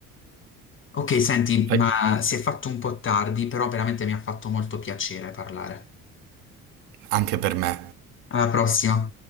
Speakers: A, on the left; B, on the right.
A: Ok, senti,
B: Fai-
A: ma si è fatto un po' tardi, però veramente mi ha fatto molto piacere parlare.
B: Anche per me.
A: Alla prossima.